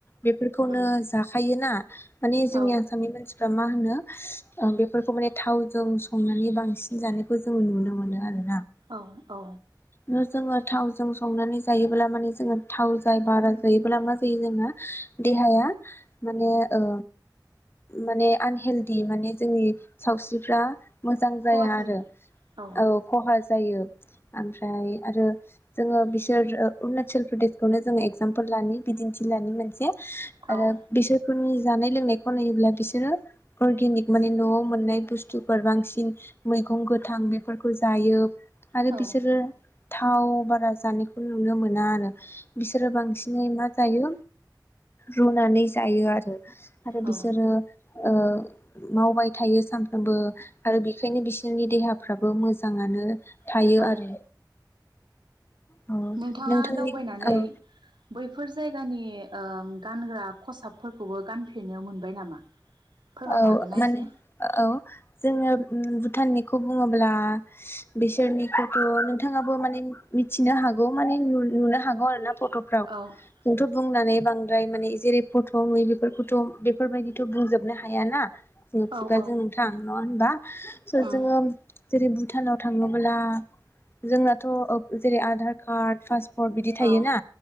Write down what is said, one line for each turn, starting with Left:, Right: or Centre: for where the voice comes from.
Left: बेफोरखौनो
Right: उम
Left: जाखायोना। माने जोंनि
Right: औ
Left: आसामनि मानसि फोरा मा होनो बेफोरखौ माने थावजों संनानै बांसिन जानाय खौ जों नुनो मोनो आरो।
Right: औ औ।
Left: जोङो थावजों संनानै जायोब्ला माने जोङो थाव जाय बारा जायोब्ला मा जायो जोंङो देहाया माने ओ माने आनहेलदि माने जोंनि सावस्रिफ्रा मोजां जाया
Right: खहा जायो
Left: आरो। औ खहा जायो ओमफ्राय आरो जोङो बिसोर अरुणाचल प्रदेशखौनो जोङो एगजामपोल लानि बिदिन्थि लानि मोनसे
Right: औ
Left: आरो बिसोरफोरनि जानाय लोंनायखौ नायोब्ला बिसोरो अर्गेनिक माने न'आव मोननाय बुस्थुफोर बांसिन मैगं गो थां बेफोरखौ जायो। आरो
Right: औ
Left: बिसोरो थाव बारा जानायखौ नुनो मोना आरो। बिसोरो बांसिनै मा जायो रुनानै जायो आरो। आरो
Right: औ
Left: बिसोरो ओ मावबाय थायो सानफ्रोमबो आरो बेखायनो बिसोरनि देहा फ्राबो मोजाङानो थायो
Right: औ औ
Left: आरो। औ
Right: नोंथाङा
Left: नोंथांनि
Right: दावबायनानै
Left: औ
Right: बैफोर जायगानि ओ गानग्रा खसाबफोरखौबो गानफिननो मोनबाय नामा? फोरमायनो
Left: औ
Right: हागोन ना
Left: माने
Right: एसे
Left: औ जोङो भुटाननिखौ बुङोब्ला बैसोरनिखौथ' नोंथांआबो माने मिथिनो हागौ माने नुनो हागौ आरो ना फट'फ्राव
Right: औ
Left: जोंथ' बुंनानै बां मफ्राय माने जेरै फट' नु बेफोरखौथ' बेफोरबायदिथ' बुंजोब हाबनो हायाना जों खुगाजों
Right: औ औ
Left: नोंथां नङा होनबा स'
Right: उम
Left: जोङो जेरै बु भुटानाव थाङोब्ला जोंनाथ' ओद जेरै आधार कार्ड पास बिदि थायोना
Right: औ